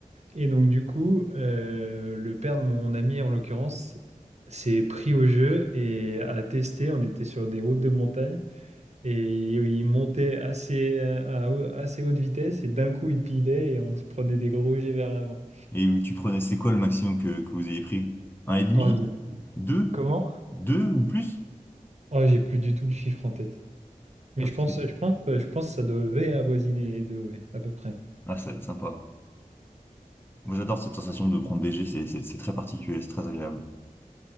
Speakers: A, on the right; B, on the left.
A: Et donc du coup, euh, le père de mon ami, en l'occurrence, s'est pris au jeu et a testé. On était sur des routes de montagne. Et oui, il montait assez, euh, à assez haute vitesse et d'un coup il pilait et on se prenait des gros jets vers l'avant.
B: Et où tu prenais, c'est quoi le maximum que, que vous ayez pris? Un et demi?
A: Oh, j'ai-
B: Deux?
A: Comment?
B: Deux ou plus?
A: Oh, j'ai plus du tout le chiffre en tête. Mais
B: Ah, parce
A: je pense,
B: que-
A: je pense, je pense que ça devait avoisiner les deux, ouais, à peu près.
B: ah, ça va être sympa. Moi, j'adore cette sensation de prendre léger, c'est c'est- c'est très particulier, c'est très agréable.